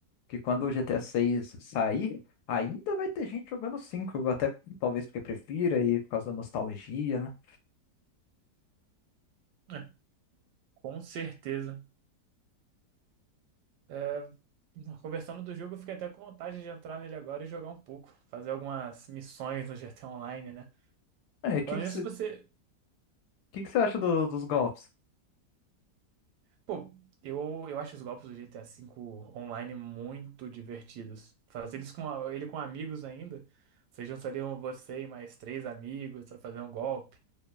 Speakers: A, on the left; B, on the right.
A: Que quando o GTA 6 sair, ainda vai ter gente jogando 5 até talvez porque prefira e por causa da nostalgia, né?
B: É, com certeza. É, Conversando do jogo, eu fiquei até com vontade de entrar nele agora e jogar um pouco, fazer algumas missões no GTA Online, né?
A: É, o que
B: Falando
A: que
B: nisso,
A: você
B: você.
A: que que você acha do- dos golpes?
B: Pô, eu, eu acho os golpes do GTA V online muito divertidos. Fazer eles com, a- ele com amigos ainda. Vocês juntariam você e mais três amigos pra fazer um golpe.